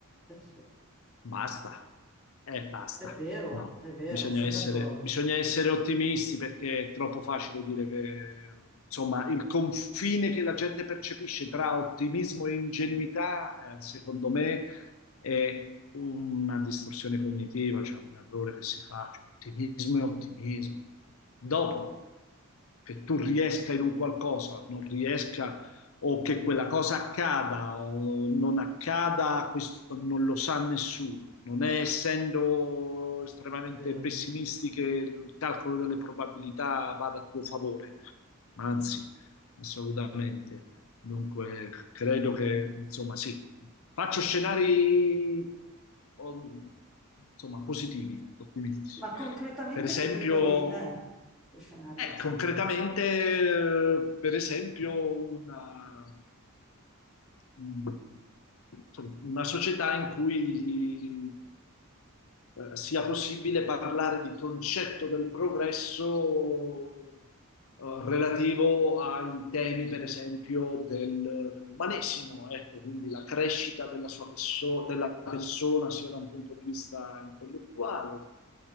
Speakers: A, in the centre; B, on the left.
A: eh sì, è
B: basta, eh, basta,
A: vero,
B: no,
A: è vero,
B: bisogna
A: sono
B: essere,
A: d'accordo,
B: bisogna essere ottimisti perché è troppo facile dire che, insomma, il confine che la gente percepisce tra ottimismo e ingenuità, eh, secondo me, è una distorsione cognitiva, cioè un errore che si fa, cioè ottimismo e ottimismo. Dopo che tu riesca in un qualcosa, non riesca o che quella cosa accada o non accada, questo non lo sa nessuno. Non è essendo estremamente
A: è vero.
B: pessimisti che il calcolo delle probabilità vada a tuo favore, ma anzi, assolutamente. Dunque, credo che, insomma, sì, faccio scenari, o- insomma, positivi, ottimistici.
A: Ma concretamente
B: Per esempio,
A: che tipo di... eh, che scenario
B: eh,
A: c'hai
B: concretamente,
A: in mente?
B: eh, per esempio, una, mm, insomma, una società in cui eh, sia possibile parlare di concetto del progresso eh, relativo ai temi, per esempio, del- dell'umanesimo, ecco, quindi la crescita della sua perso- della persona sia da un punto di vista intellettuale,